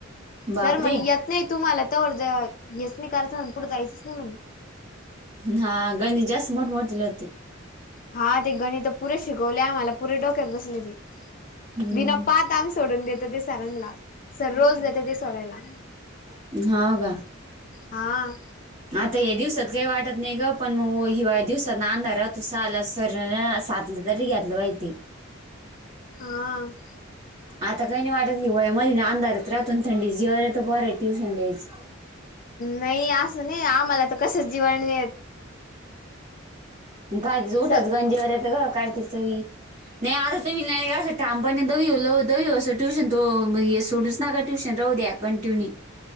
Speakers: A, on the right; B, on the left.
A: बापरे
B: सर म्हणे येत नाही तुम्हाला तर येस नाही कारच पुुढं जायचंच नाही म्हणे
A: हा गणात जास्त मोठ मोठी होती
B: हा ते गणित पुरे शिकवले आम्हाला पुरे डोक्यात बसले ते
A: हम्म
B: बिना पात आम्ही सोडून देतो ते सरांला सर रोज देतो ते सोडायला
A: हो का
B: हा
A: आता या दिवसात काही वाटत नाही ग पण मग हि दिवसात अंधारा तुसा आला सर् सट. जरी यात्रा आहे ती
B: हा.
A: आता काही नाही वाटत हिवाळ्यामध अंधारत राहतून थंडी जे य तो पर आहे ट्यूशन येच.
B: नाही असं नाही आम्हाला तर कस जीवण येत.
A: काय
B: येत
A: उठच गंजीवर यच ग कार्त चवी. <unintelligible> नाही आता तुम्ही नाही नाही का असं ठामपणे देऊऊ ल देऊ असं ट्यूशन तो सोडूच नका ट्यूशन राहू द्या कंट्युनी